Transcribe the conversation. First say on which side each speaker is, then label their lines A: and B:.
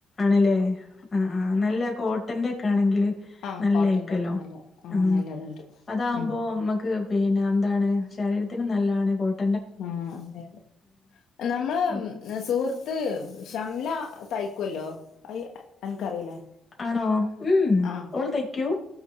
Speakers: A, on the left; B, on the left.
A: ണല്ലേ ആഹാ ആഹനല്ല കോട്ടന്റെ ണെങ്കിൽ
B: ആഹ്
A: നല്ലായിക്കല്ലോ
B: കോട്ടന്റെ ഒക്കെ നല്ല ആഹ്
A: ആ
B: നല്ലതുണ്ട്
A: അതകുമ്പോ
B: ഉം
A: നമ്മക്ക് പിന്നെ എന്താണ് ശരീരത്തിന് നല്ലാണ് കോട്ട
B: ആ അതെതെ നമ്മള്
A: അപ്പൊ
B: സുഹൃത്ത് ത്ത് ശഷംല തയ്ക്കുവല്ലോ അനക്കറിയില്ലേ
A: ആണോ ഉം
B: ആ
A: ഓള് തയ്ക്കും